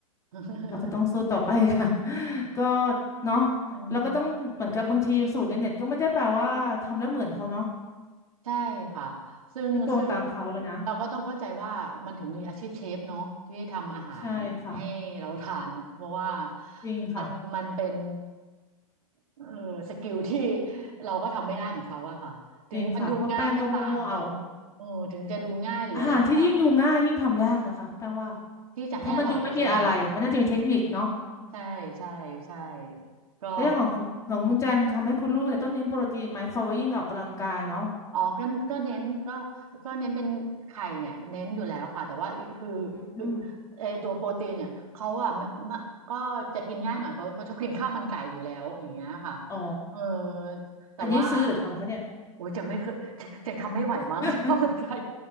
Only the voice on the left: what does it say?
เราก็ต้องสู้ต่อไปค่ะ <laughs> ก็เนาะ
เราก็ต้องเหมือนกับบางทีสูตรในเน็ตก็ไม่ได้แปลว่าทำแล้วเหมือนเขาเนาะ
ก็ตวงตามเขาแล้วนะ
ใช่ค่ะ
จริงค่ะ
จริงค่ะเพราะแป้งก็มั่วๆเอาอาหารที่ยิ่งดูง่ายยิ่งทำยากนะคะแป้งว่า
เพราะมันดูไม่มีอะไรอะมันน่าจะมีเทคนิคเนาะ
เรื่องของของของคุณแจงทำให้คุณลูกเนี่ยต้องเน้นโปรตีนไหมคอยว่ายิ่งออกกำลังกายเนาะ
อืม
อ๋อ
อันนี้ซื้อหรือทำคะเนี่ย
<laughs>